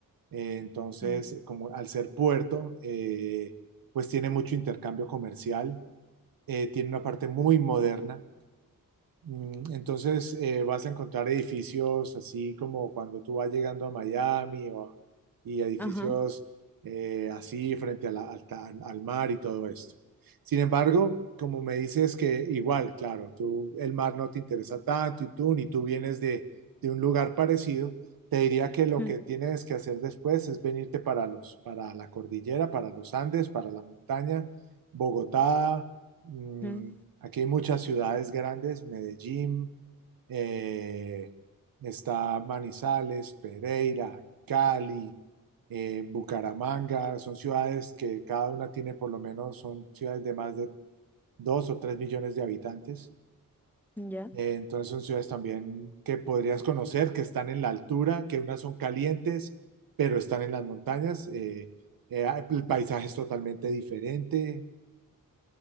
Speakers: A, on the right; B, in the centre.
A: eh, entonces,
B: mm.
A: como al ser puerto, eh, pues tiene mucho intercambio comercial, eh, tiene una parte muy moderna Mm, Entonces eh, vas a encontrar edificios así como cuando tú vas llegando a Miami o a- y edificios
B: Ajá.
A: eh, así frente a la- al, ta- al mar y todo esto. Sin embargo, como me dices que igual, claro, tú el mar no te interesa tanto y tú ni tú vienes de, de un lugar parecido, te diría que lo
B: Mm,
A: que tienes que hacer después es venirte para los, para la cordillera, para los Andes, para la montaña, Bogotá mm,
B: mm,
A: Aquí hay muchas ciudades grandes, Medellín, eh, está Manizales, Pereira, Cali, eh, Bucaramanga, son ciudades que cada una tiene por lo menos, son ciudades de más de dos o tres millones de habitantes.
B: Ya.
A: Eh, entonces son ciudades también que podrías conocer, que están en la altura, que unas son calientes, pero están en las montañas. eh, eh, el paisaje es totalmente diferente.